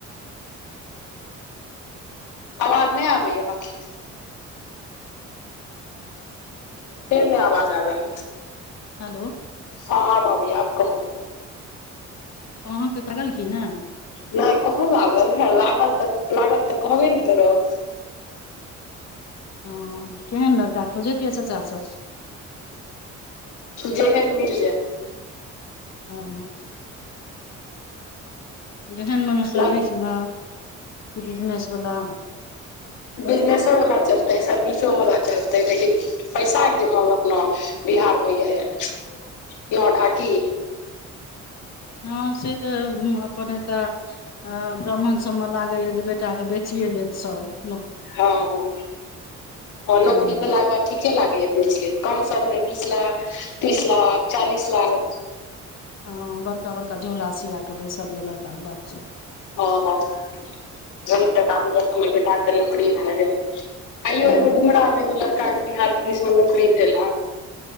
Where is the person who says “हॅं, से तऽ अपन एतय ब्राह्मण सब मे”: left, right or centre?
Left